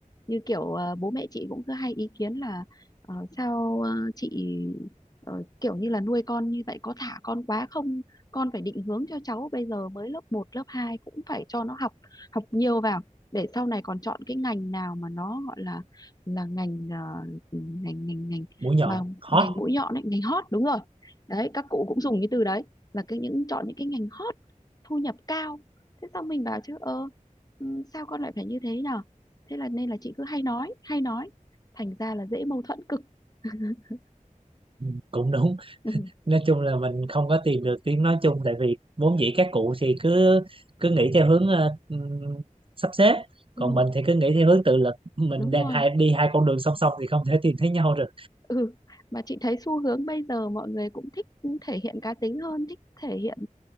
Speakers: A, on the left; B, on the right.
A: như kiểu ờ, bố mẹ chị cũng cứ hay ý kiến là ờ, sao ờ, chị ờ, kiểu như là nuôi con như vậy có thả con quá không con phải định hướng cho cháu bây giờ mới lớp một lớp 2 cũng phải cho nó học học nhiều vào để sau này còn chọn cái ngành nào mà nó gọi là là ngành ờ, ngành ngành ngành
B: mũi nhọn
A: mà
B: hot
A: ngành mũi nhọn ấy, ngành hot đúng rồi đấy các cụ cũng dùng cái từ đấy là cái những chọn những cái ngành hot thu nhập cao thế xong mình bảo chứ ơ ừ, sao con lại phải như thế nhở thế là nên là chị cứ hay nói hay nói thành ra là dễ mâu thuẫn cực <laughs>
B: Ừ, cũng đúng
A: ừ,
B: nói chung là mình không có tìm được tiếng nói chung tại vì vốn dĩ các cụ thì cứ cứ nghĩ theo hướng ờ, ừm, sắp xếp
A: ừ,
B: còn mình thì cứ nghĩ theo hướng tự lực mình
A: đúng
B: đang
A: rồi
B: hai đi hai con đường song song thì không thể tìm thấy nhau được
A: ừ mà chị thấy xu hướng bây giờ mọi người cũng thích thể hiện cá tính hơn thích thể hiện